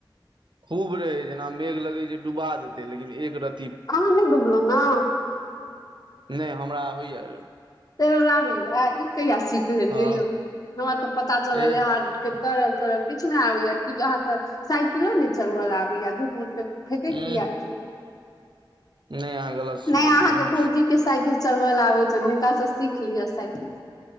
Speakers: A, on the right (about 65°); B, on the left (about 45°).
A: खूब रहैइ जेना मेघ लगैइ जे डुबा देतै लेकिन एक रत
B: आहां नई डूबलौं न
A: नई हमरा होइए
B: तैर आबैया ई कहिया सीख लेलियै
A: हँ
B: यौ हमरा तऽ पता चलल
A: एह
B: जे अहाँ के तैरल तैरल किछु नई आबैय कि अहाँ तऽ सा किलो नहि चलबैई लेल आबैइय झूठ मूठ के फेेंके
A: उंह
B: किया छी
A: नहि अहाँ गलत सुनलियै
B: नई अहाँके
A: हे
B: भौजी के साइकिल चलब लेल आबैइ छनि हुनकाँ से सीख लिय साइकिल